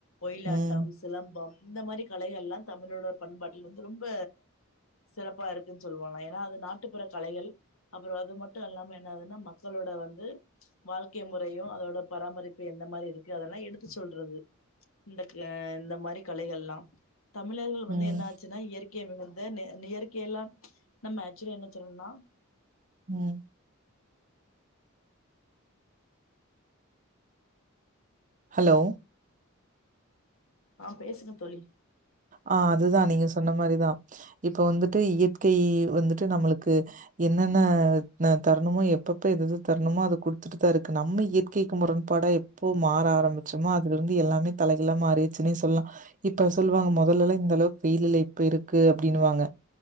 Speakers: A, on the left; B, on the right.
A: ஒயிலாட்டம்
B: ம்,
A: சிலம்பம் இந்த மாரி கலைகள்லா தமிழோட பண்பாட்டில் வந்து ரொம்ப சிறப்பா இருக்குன் சொல்லுவாங்களா ஏனா அது நாட்டுப்புற கலைகள் அப்பறோ அது மட்டு இல்லாம என்னதுனா மக்களோட வந்து வாழ்க்கை முறையு அதோட பராமரிப்பு எந்த மாரி இருக்கு அதெல்லா எடுத்து சொல்றது இந்த கே இந்த மாரி கலைகள்லாம் தமிழர்கள்
B: ம்,
A: வந்து என்னா ச்சின்னா இயற்கை மிகுந்த நெ இயற்கை எல்லா நம்ம ஆக்சுலி என்ன சொல்ணுன்னா சொல்லணோம்னா
B: ம் ஹலோ
A: ஆ பேசுங்க தோழி
B: ஆ அதுதா நீங்க சொன்ன மாரிதா இப்ப வந்துட்டு இயற்கை வந்துட்டு நம்மளுக்கு என்னென்ன அ தரணுமோ எப்பப்ப எது எது தரணுமோ அத குடுத்துட்டு தா இருக்கு நம்ம இயற்கைக்கு முரண்பாடா எப்போ மாற ஆரம்பிச்சமோ அதுலருந்து எல்லாமே தலகீழா மாறிர்ச்சுன்னே சொல்லா இப்ப சொல்லுவாங்க மொதல்லல்லா இந்த அளவுக் வெயில் இல்ல இப்ப இருக்கு அப்டின்னுவாங்க